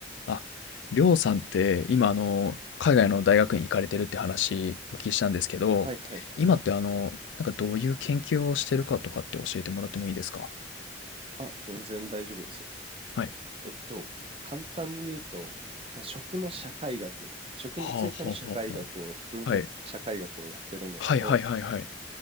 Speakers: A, on the left (about 75°); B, on the right (about 30°).
A: あ、りょうさんって今あの海外の大学に行かれてるって話お聞きしたんですけど、
B: はいはい。
A: 今ってあのなんかどういう研究をしてるかとかって教えてもらってもいいですか
B: あ、全然大丈夫ですよ。
A: はい。
B: えっと、簡単に言うと、まあ、食の社会学、食についての社会学を、
A: はあ、はあ、はあ、は
B: 文化社会学をやってるんですけど、
A: あはい。はいはいはいはい。